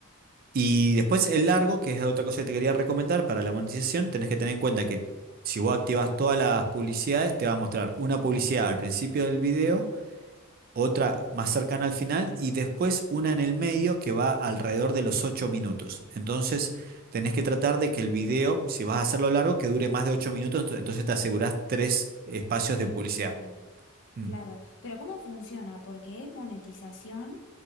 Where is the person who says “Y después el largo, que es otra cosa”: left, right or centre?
Right